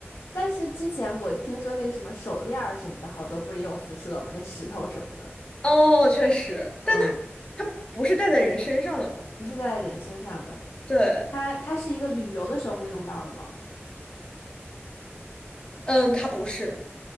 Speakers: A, on the left; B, on the left.
A: 但是之前我听说那个什么手链儿什么的，好多不是也有辐射吗？那石头什么的，
B: 哦，确实，
A: 嗯，
B: 但它它不是带在人身上的嘛？
A: 不是在人身上的。
B: 对，
A: 它它是一个旅游的时候会用到的吗？
B: 嗯，它不是，